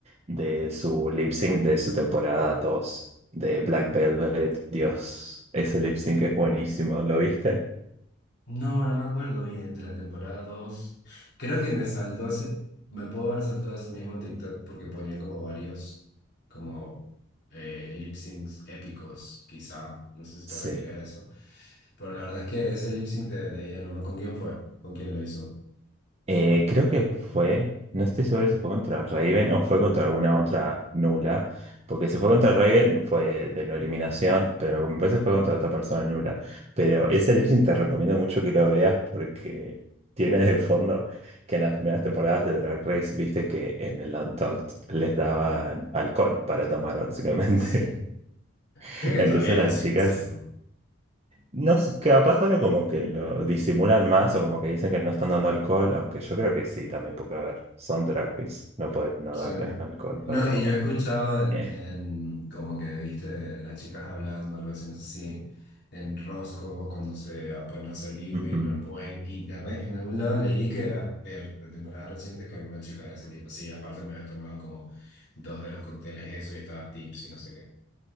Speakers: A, on the right; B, on the left.
A: de su lip sync de su temporada 2 de Black Velvet. Dios, ese lip sync es buenísimo, ¿lo viste?
B: No, no me acuerdo bien de la temporada dos Creo que me saltó ese- me puedo haber saltado ese mismo TikTok porque ponían como varios, como eh, lip syncs épicos, quizá. No sé si te
A: Sí.
B: refieres a eso. Pero la verdad es que ese lip sync de, de ella, no me con quién fue, con quién lo hizo.
A: Eh, creo que fue, no estoy seguro si fue contra Raven o fue contra alguna otra nula, porque si fue contra Raven fue de no eliminación, pero me parece que fue contra otra persona nula. Pero ese lip sync te recomiendo mucho que lo veas porque tiene de fondo que en las primeras temporadas de Drag Race viste que en el Untucked les daban alcohol para tomar básicamente.
B: Sí.
A: <laughs>
B: Creo que
A: Entonces
B: todavía lo
A: las
B: siguen
A: chicas
B: haciendo.
A: no sé, capaz ahora como que lo disimulan más o como que dicen que no están dando alcohol, aunque yo creo que sí también, porque a ver, son drag queens, no pueden no
B: Sí.
A: darles alcohol
B: No,
A: para tomar.
B: y yo he escuchado en,
A: Eh,
B: en como que viste las chicas hablando, algo así, no sé si en Rosco cuando se ponen a hacer viewing
A: ujú.
B: o, o en internet, en algún lado leí que era ver de temporada reciente que alguna chica de ese tipo, sí, aparte me había tomado como dos de los cócteles eso y estaba tips y no sé qué.